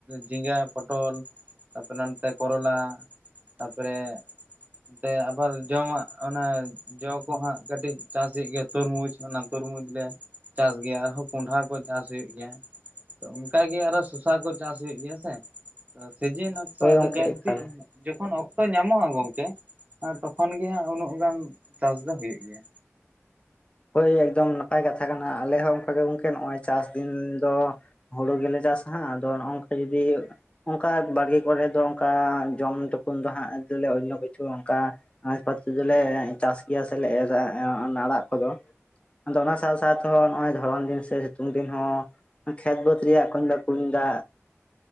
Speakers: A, on the right; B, on the left.
A: ᱡᱷᱤᱸᱜᱟ ᱯᱚᱴᱚᱞ ᱛᱟᱨᱯᱚᱨᱮ ᱱᱚᱱᱛᱮ ᱠᱚᱨᱚᱞᱟ ᱛᱟᱨᱯᱚᱨᱮ ᱮᱱᱛᱮ ᱟᱵᱟᱨ ᱡᱚᱢᱟᱜ ᱚᱱᱟ ᱡᱚ ᱠᱚᱦᱟᱸᱜ ᱠᱟᱹᱴᱤᱡ ᱪᱟᱥᱮᱫ ᱜᱮᱭᱟ ᱛᱚᱨᱢᱩᱡᱽ ᱚᱱᱟ ᱛᱚᱨᱢᱩᱡᱽ ᱞᱮ ᱪᱟᱥ ᱜᱮᱭᱟ ᱟᱨᱦᱚᱸ ᱠᱚᱸᱰᱷᱟ ᱠᱚ ᱪᱟᱥ ᱦᱩᱭᱩᱜ ᱜᱮᱭᱟ᱾ ᱛᱚ ᱚᱱᱠᱟᱜᱮ ᱟᱨᱚ ᱥᱚᱥᱟ ᱠᱚ ᱪᱟᱥ ᱦᱩᱭᱩᱜ ᱜᱮᱭᱟ ᱥᱮ᱾ ᱟ ᱥᱤᱡᱮᱱ ᱦᱚᱸᱛᱚ
B: ᱦᱳᱭ
A: ᱟᱫᱚ
B: ᱜᱚᱝᱠᱮ
A: ᱡᱟᱹᱱᱛᱤᱜ
B: ᱮᱠᱟᱞ
A: ᱡᱚᱠᱷᱚᱱ ᱚᱠᱛᱚ ᱧᱟᱢᱚᱜᱼᱟ ᱜᱚᱝᱠᱮ ᱟ ᱛᱚᱠᱷᱚᱱ ᱜᱮ ᱦᱟᱸᱜ ᱩᱱᱩᱜ ᱜᱟᱱ ᱪᱟᱥ ᱫᱚ ᱦᱩᱭᱩ ᱜᱮᱭᱟ᱾
B: ᱦᱳᱭ ᱮᱠᱫᱚᱢ ᱱᱟᱯᱟᱭ ᱠᱟᱛᱷᱟ ᱠᱟᱱᱟ ᱟᱞᱮ ᱦᱚᱸ ᱚᱱᱠᱟᱜᱮ ᱜᱚᱝᱠᱮ ᱱᱚᱜᱼᱚᱭ ᱪᱟᱥ ᱫᱤᱱ ᱫᱚ ᱦᱩᱲᱩ ᱜᱮᱞᱮ ᱪᱟᱥᱟ ᱦᱟᱸᱜ ᱟᱫᱚ ᱱᱚᱜ ᱱᱚᱝᱠᱟ ᱡᱩᱫᱤ ᱚᱱᱠᱟ ᱵᱟᱲᱜᱮ ᱠᱚᱨᱮ ᱫᱚ ᱚᱱᱠᱟ ᱡᱚᱢ ᱴᱩᱠᱩᱱ ᱫᱚ ᱦᱟᱸᱜᱮ ᱟᱹᱜᱮᱞᱮ ᱳᱱᱳ ᱠᱤᱪᱷᱩ ᱚᱱᱠᱟ ᱟᱹᱭᱯᱟᱥ ᱠᱟᱨᱮ ᱞᱮ ᱪᱟᱥ ᱜᱮᱭᱟ ᱥᱮᱞᱮ ᱮᱨᱟ ᱚᱱᱟ ᱟᱲᱟᱜ ᱠᱚᱫᱚ ᱟᱫᱚ ᱚᱱᱟ ᱥᱟᱶ ᱥᱟᱶᱛᱮᱦᱚᱸ ᱱᱚᱜᱼᱚᱭ ᱫᱷᱚᱨᱚᱱ ᱫᱤᱱ ᱥᱮ ᱥᱤᱛᱩᱝ ᱫᱤᱱ ᱦᱚᱸ ᱠᱷᱮᱛ ᱵᱟᱹᱫᱽ ᱨᱮᱭᱟᱜ ᱠᱚᱧ ᱫᱟᱜᱠᱚ ᱧᱩᱭ ᱫᱟ